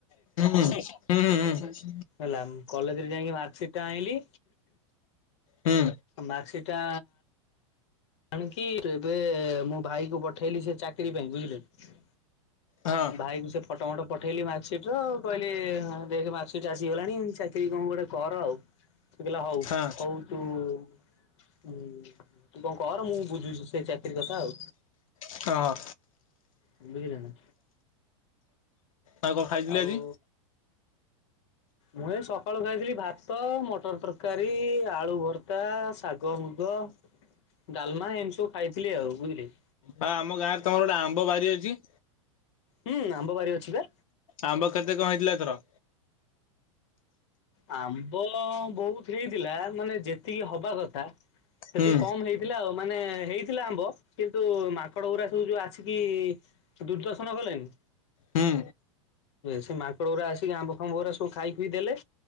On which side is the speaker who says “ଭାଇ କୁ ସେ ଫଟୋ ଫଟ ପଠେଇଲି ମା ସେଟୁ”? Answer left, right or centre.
Left